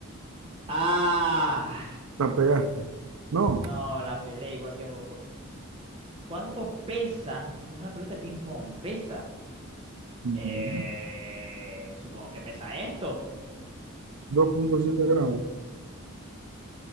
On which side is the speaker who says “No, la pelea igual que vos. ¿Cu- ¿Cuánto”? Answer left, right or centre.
Right